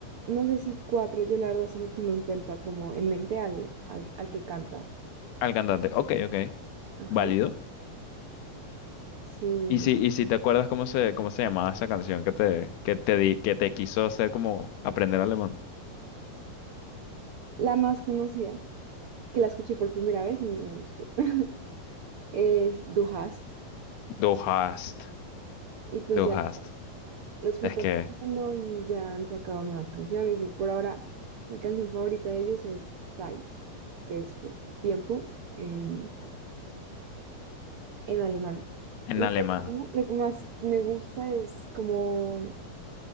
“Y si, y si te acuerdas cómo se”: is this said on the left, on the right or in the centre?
Left